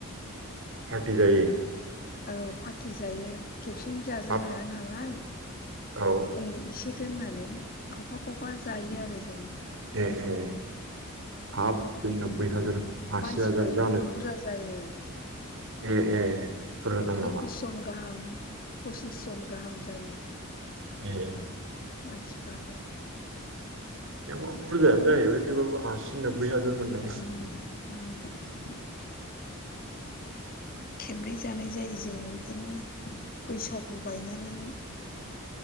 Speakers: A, on the right (about 60°); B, on the left (about 40°).
A: पार्टि जायो।
B: औ पार्टि जायो खेबसेनो जाजोब
A: हाब
B: हाया नालाय
A: औ
B: एसे दोननानै खावफा खावफा जायो आरो जोङो।
A: ए ए हाब बे
B: खावफा
A: नोबैइ
B: खावफा
A: हाजार आसि
B: मानसिफ्राबो
A: हाजार जानो
B: बुरजा जायो।
A: ए ए। बुरजा दं नामा
B: एकस जन गाहाम पसिस जन गाहाम जायो।
A: ए।
B: मानसिफ्राबो।
A: थेवबाबो बुरजायानो जाहैबाय थेवबाबो आसि नोब्बै हाजार मोननाय।
B: उम उम। खेबनै जानाय जायो जोङो बिदिनो बैसागु बायनानै